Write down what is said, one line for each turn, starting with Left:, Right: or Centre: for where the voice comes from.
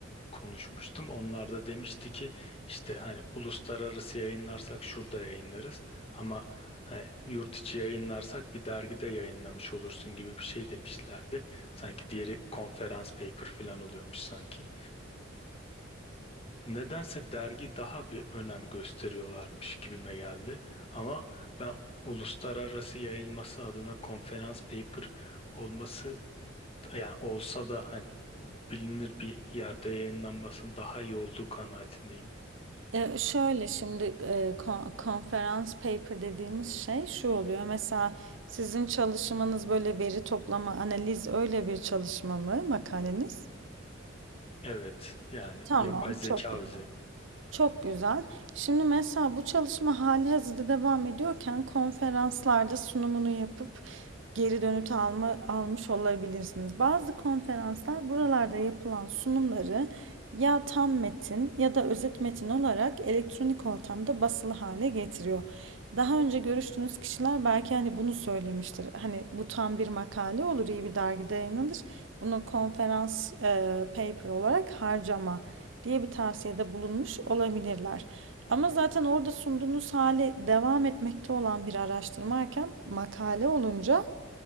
Left: konuşmuştum. Onlar da demişti ki işte hani uluslararası yayınlarsak şurada yayınlarız ama hani yurt içi yayınlarsak bir dergide yayınlamış olursun gibi bir şey demişlerdi. Sanki diğeri konferans paper falan oluyormuş sanki. Nedense dergi daha bir önem gösteriyorlarmış gibime geldi. Ama ben uluslararası yayılması adına konferans paper olması yani olsa da hani bilinir bir yerde yayınlanmasının daha iyi olduğu kanaatindeyim.
Right: Ee, şöyle şimdi e, konferans paper dediğimiz şey şu oluyor. Mesela sizin çalışmanız böyle veri toplama, analiz öyle bir çalışma mı makaleniz?
Left: Evet yani
Right: Tamam,
Left: yapay zeka
Right: çok güzel.
Left: üzerine.
Right: Çok güzel. Şimdi mesela bu çalışma hali hazırda devam ediyorken konferanslarda sunumunu yapıp geri dönüt alma, almış olabilirsiniz. Bazı konferanslar buralarda yapılan sunumları ya tam metin ya da özet metin olarak elektronik ortamda basılı hale getiriyor. Daha önce görüştüğünüz kişiler belki hani bunu söylemiştir. Hani bu tam bir makale olur, iyi bir dergide yayınlanır. Bunu konferans e, paper olarak harcama diye bir tavsiyede bulunmuş olabilirler. Ama zaten orada sunduğunuz hali devam etmekte olan bir araştırmayken makale olunca